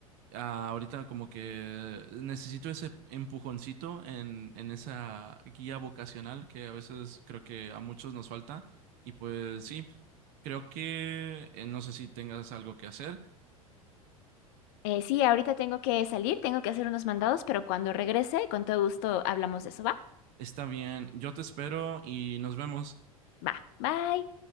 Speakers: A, on the right; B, on the left.
A: Ah, ahorita como que necesito ese empujoncito en, en esa guía vocacional que a veces creo que a muchos nos falta. Y pues sí, creo que eh, no sé si tengas algo que hacer.
B: Eh, sí, ahorita tengo que salir, tengo que hacer unos mandados, pero cuando regrese, con todo gusto hablamos de eso, ¿va?
A: Está bien, yo te espero y nos vemos.
B: Va, bye.